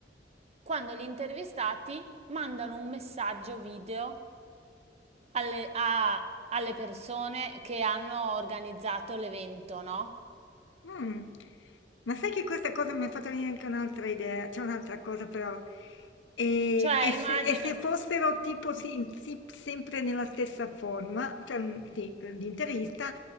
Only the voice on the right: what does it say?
quando gli intervistati mandano un messaggio video alle, a- alle persone che hanno organizzato l'evento, no?
Cioè,
immagina,